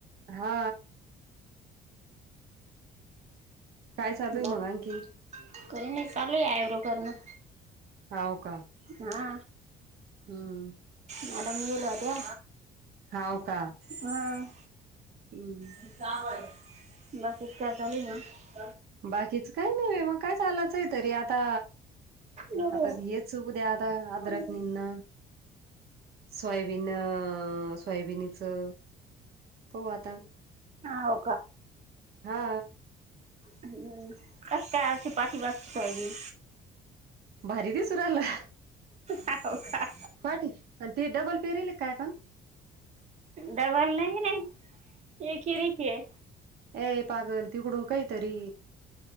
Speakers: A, on the right; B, on the right.
A: हा. काय चालू आहे मग
B: बाक
A: आणखी
B: कय नाय चालू आयब्रो करण
A: हाव का.
B: हा.
A: हूं
B: मॅडम गेल्या त्या
A: हाव का?
B: हं
A: हम्म.
B: तिची जावं आले भरपूर कटाले बाई.
A: बाकीच काय नाय मग काय चालायचय तरी आता
B: मग
A: आता हेच उद्या आता अदरक
B: गेल्या
A: निनंना सोयाबीन अ सोयाबीनीचं पाहू आता
B: हो
A: हा.
B: हम्म कस काय आज ती पाटी मागची तयारी
A: भारी दिसू रायल्या.
B: हाव का?
A: पाठी आणि ते डबल पेरीले काय आता?
B: डबल नाही नाही एकरीचेये
A: ए पागल तिकडून काही तरी